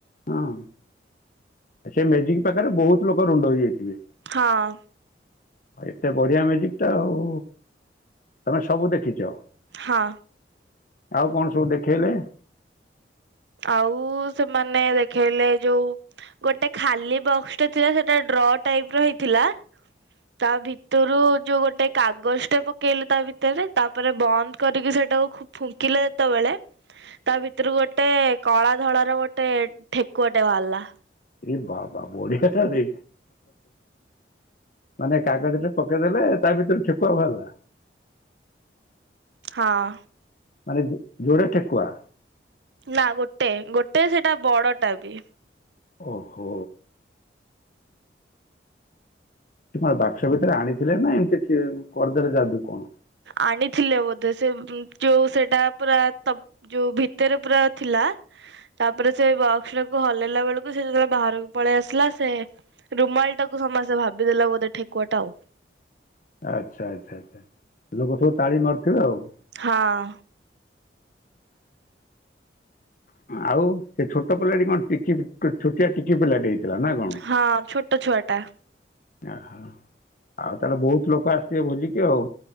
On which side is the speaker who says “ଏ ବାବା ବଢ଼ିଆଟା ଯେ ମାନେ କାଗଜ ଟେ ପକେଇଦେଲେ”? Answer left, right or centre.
Left